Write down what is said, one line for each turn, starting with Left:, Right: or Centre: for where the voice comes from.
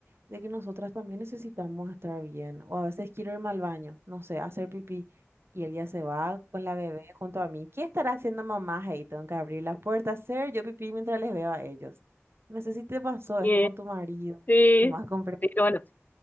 Right: de que nosotras también necesitamos estar bien. O a veces quiero irme al baño, no sé, a hacer pipí. Y él ya se va con la bebé junto a mí. ¿Qué estará haciendo mamá hey Tengo que abrir las puertas, hacer yo pipí mientras les veo a ellos. No sé si te pasó
Left: Sí,
Right: esto con tu marido,
Left: sí,
Right: que más comprensivo.
Left: Pero bueno,